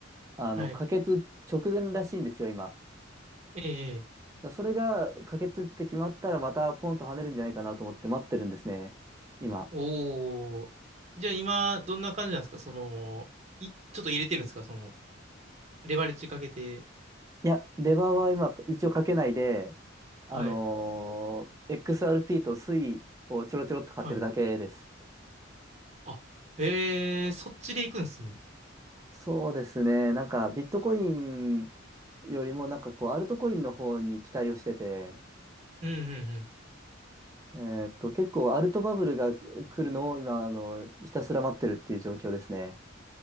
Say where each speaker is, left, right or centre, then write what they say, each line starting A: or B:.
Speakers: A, on the right; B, on the right.
A: あの、
B: はい。
A: 可決直前らしいんですよ、今。だか
B: ええ
A: らそれが可決って決まったら、またポンと跳ねるんじゃないかなと思って待ってるんですね、今。
B: おー。じゃあ今、どんな感じなんですかその、い、ちょっと入れてるんですかその、レバレッジかけて。
A: いや、レバーは今、一応かけないで、
B: はい。
A: あのー XRP とスイをちょろちょろっと買ってるだけです。
B: はい。あ、へえ、そっちで行くんですね。
A: そうですね。なんか、ビットコインよりも、なんかこう、アルトコインの方に期待をしてて、
B: うんうんうん。
A: えーっと、結構アルトバブルが来るのを今、あの、ひたすら待ってるっていう状況ですね。